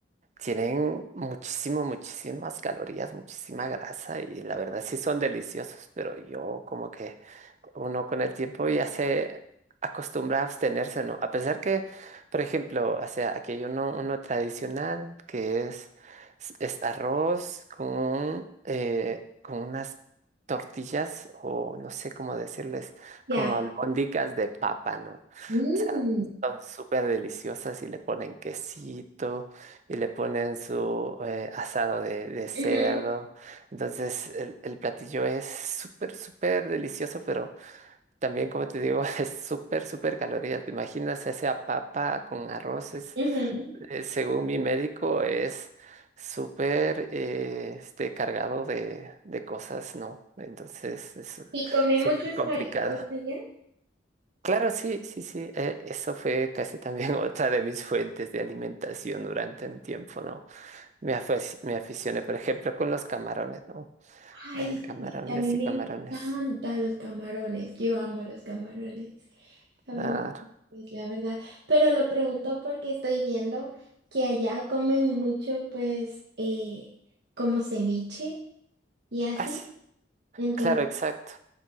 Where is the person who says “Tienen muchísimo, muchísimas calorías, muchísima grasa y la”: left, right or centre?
Right